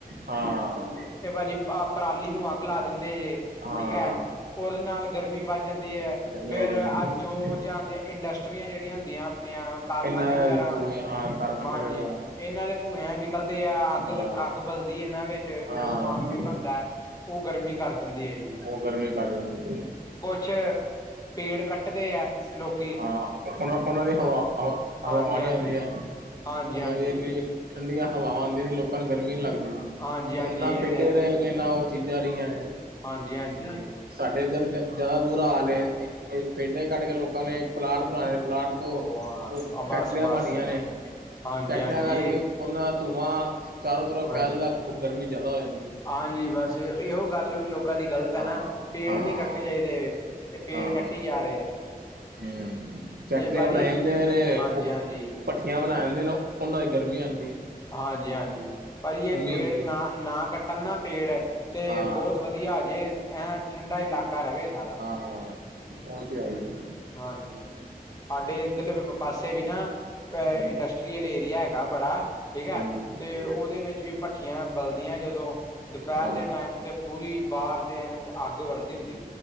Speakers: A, on the right (about 85°); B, on the left (about 25°).
A: ਹਾਂ
B: ਤੇ ਭਾਜੀ, ਪਰਾਲੀ ਨੂੰ ਅੱਗ ਲਾ ਦਿੰਦੇ ਜੇ‌।
A: ਹਾਂ
B: ਠੀਕ ਹੈ, ਉਹਦੇ ਨਾਲ ਗਰਮੀ ਵੱਧ ਜਾਂਦੀ ਐ,
A: ਗਰਮੀ
B: ਫਿਰ
A: ਵੱਧ ਜਾਂਦੀ
B: ਅੱਜ
A: ਹੈ।
B: ਜੋ ਜਹਾਨ ਦੀਆਂ ਇੰਡਸਟਰੀਆਂ ਜਿਹੜੀਆਂ ਹੁੰਦੀਆਂ ਆਪਨੀਆਂ ਕਾਰਖਾਨੇ
A: ਇਨਾ
B: ਵਗੈਰਾ
A: ਧੂੰਏ ਹਾਂ ਕਾਰਖਾਨੇ
B: ਹਾਂਜੀ,
A: ਵਗੈਰਾ
B: ਇਹਨਾਂ ਦੇ ਧੂੰਏ ਨਕਲਦੇ ਆ, ਅੱਗ
A: ਹਾਂ
B: ਅੱਗ ਬਲਦੀ ਏ, ਇਹਨਾਂ ਵਿੱਚ
A: ਹਾਂ
B: ਜਦੋਂ ਸਮਾਨ
A: ਹਮ
B: ਕੋਈ ਬਣਦਾ ਉਹ ਗਰਮੀ ਕਰ ਦਿੰਦੀ ਹੈ ਜੀ।
A: ਉਹ ਗਰਮੀ ਕਰ ਦਿੰਦੀ ਹੈ।
B: ਕੁਛ ਪੇੜ ਕੱਟਦੇ ਆ, ਲੋਕ
A: ਹਾਂ, ਉਹ, ਉਹਨਾਂ ਦੀ ਹਵਾ ਹਵਾਵਾਂ
B: ਹਾਂਜੀ ਹਾਂਜੀ
A: ਨੀ ਆਉਂਦੀਆਂ
B: ਹਾਂਜੀ
A: ਉਹਨਾਂ
B: ਹਾਂਜੀ
A: ਦੀ ਠੰਡੀਆਂ ਹਵਾਵਾਂ ਆਂਦੀ ਸੀ ਲੋਕਾਂ ਨੂੰ ਗਰਮੀ ਨੀ ਲੱਗਦੀ ਸੀ,
B: ਹਾਂਜੀ
A: ਹੁਣ
B: ਹਾਂਜੀ
A: ਨਾ
B: ਇਹ
A: ਪੇਡੇ
B: ਤੇ
A: ਰਹੇ ਨਾ ਉਹ ਚੀਜ਼ਾਂ ਰਹੀਆਂ ਨੇ।
B: ਹਾਂਜੀ-ਹਾਂਜੀ।
A: ਸਾਡੇ ਇੱਧਰ ਜ ਜ਼ਿਆਦਾ ਬੁਰਾ ਹਾਲ ਏ, ਪੇਡੇ ਕੱਟਕੇ ਲੋਕਾਂ ਨੇ ਪਲਾਟ ਬਣਾਲੇ ਨੇ, ਪਲਾਟ ਉਹ-ਉਹ
B: ਉਹ ਬਸ
A: ਫੈਕਟਰੀਆਂ
B: ਬਸ
A: ਬਣਗੀਆਂ ਨ,
B: ਹਾਂਜੀ
A: ਫੈਕਟਰੀਆਂ
B: ਹਾਂਜੀ
A: ਕਰਕੇ ਉਹਨਾਂ ਧੂੰਆਂ ਚਾਰੋਂ ਤਰਫ
B: ਹਾਂਜੀ
A: ਫੈਲਦਾ, ਉਹ ਗਰਮੀ ਜਿਆਦਾ ਹੋ ਜਾਂਦੀ।
B: ਹਾਂਜੀ ਬਸ ਇਹੋ ਗੱਲ ਵੀ ਲੋਕ ਲੋਕਾਂ ਦੀ ਗ਼ਲਤ ਹੈ
A: ਹਾਂ
B: ਨਾ ਪੇੜ
A: ਹਾਂ
B: ਨੀ ਕੱਟਣੇ ਚਾਹੀਦੇ ਤੇ ਪੇੜ
A: ਹਾਂ
B: ਕੱਟੀ ਜਾ ਰਹੇ ਹੈ
A: ਹੂੰ, ਫੈਕਟਰੀਆਂ
B: ਜੇ ਭਾਜੀ
A: ਬਣਾਈਆਂ ਜਾਂਦੀਆਂ ਨੇ ਨੇ
B: ਹਾਂਜੀ
A: ਉਹ
B: ਹਾਂਜੀ
A: ਭੱਠੀਆਂ ਬਣਾ ਜਾਂਦੇ ਨੇ ਉਹਨਾਂ ਦੀ ਗਰਮੀ ਆਉਂਦੀ ਹੈ
B: ਹਾਂਜੀ ਹਾਂਜੀ ਭਾਜੀੀ ਇਹ ਪੇੜ
A: ਆਂਦੀ
B: ਨਾ
A: ਐ।
B: ਨਾ ਕੱਟਣ ਨਾ ਪੇੜ ਤੇ
A: ਹਾਂ,
B: ਬਹੁਤ ਵਧੀਆ ਵਧੀਆ ਜੇ, ਐਂ ਠੰਡਾ ਇਲਾਕਾ ਰਹੇ ਸਾਰਾ।
A: ਹਾਂ, ਉਹ ਤੇ ਹੈਈ ਏ।
B: ਹਾਂਜੀ ਸਾਡੇ ਇਧਰਲੇ ਪਾਸੇ ਵੀ ਨਾ
A: ਹੂੰ,
B: ਇੰਡਸਟਰੀਅਲ ਏਰੀਆ ਹੈਗਾ ਬੜਾ ਠੀਕ ਹੈ
A: ਹਾਂਜੀ,
B: ਤੇ ਉਹਦੇ ਵਿੱਚ ਵੀ ਭੱਠੀਆਂ ਬਲਦੀਆਂ ਜਦੋਂ ਦੁਪਹਿਰ
A: ਹਾਂ,
B: ਦੇ ਟਾਈਮ ਤੇ ਪੂਰੀ ਬਾਰ ਤੇ ਅੱਗ ਵੱਧਦੀ ਹੁੰਦੀ